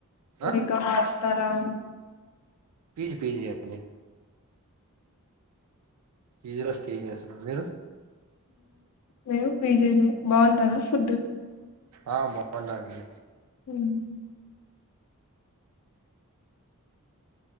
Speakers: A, on the right (about 85°); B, on the left (about 85°).
A: ఆ
B: లైక్ హాస్టలా
A: పి జి పి జి అండి. పి జీ లో స్టే చేస్తున్నాను మీరు
B: మేము పి జి నే బాగుంటదా ఫుడ్
A: ఆ బాగుంటాదండి.
B: హ్మ్